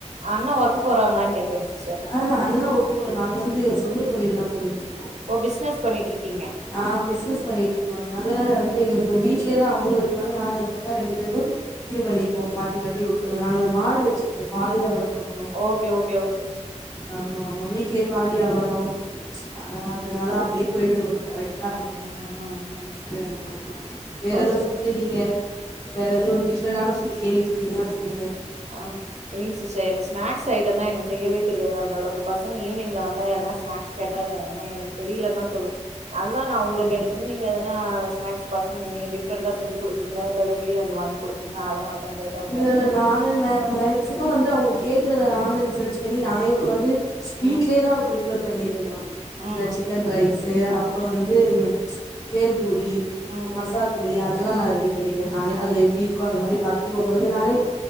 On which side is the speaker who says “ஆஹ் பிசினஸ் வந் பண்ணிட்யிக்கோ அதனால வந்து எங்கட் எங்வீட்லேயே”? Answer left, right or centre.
Left